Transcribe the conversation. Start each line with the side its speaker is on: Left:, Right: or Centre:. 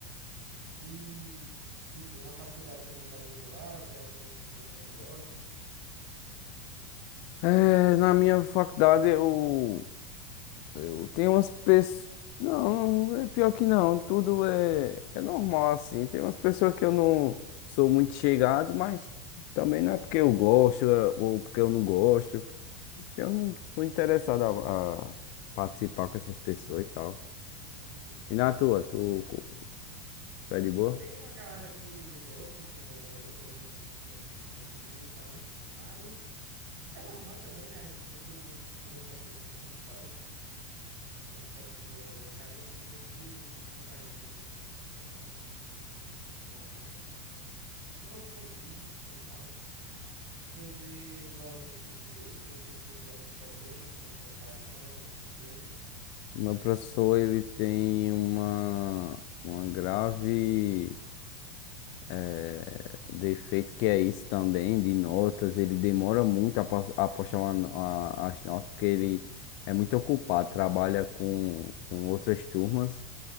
Right: E, tipo, na faculdade tem muito amigo lá, tem algumas pessoas que você não gosta.
Left: É, na minha faculdade eu Eu tenho umas pessoas. Não, não, é pior que não. Tudo é, é normal assim. Tem umas pessoas que eu não sou muito chegado, mas também não é porque eu gosto é, ou porque eu não gosto. Eu não sou interessado a, a participar com essas pessoas e tal.
Right: Uhum.
Left: E na tua, tu co- é de boa?
Right: Tem uma galera que eu gosto, tem uma galera que eu não, não tenho muito convívio e tal, mas isso é normal também, né? Nem todo mundo precisa gostar de todo mundo e tal. A gente só precisa gostar das pessoas que, que estão com a gente é, no, no nosso convívio e tal. Sobre notas, tipo, te- esse professor tem algum problema com postar nota, essas coisas?
Left: Meu professor, ele tem uma, uma grave. É, o defeito que é isso também de notas, ele demora muito a, pas- a postar uma a- as notas, porque ele é muito ocupado, trabalha com, com outras turmas,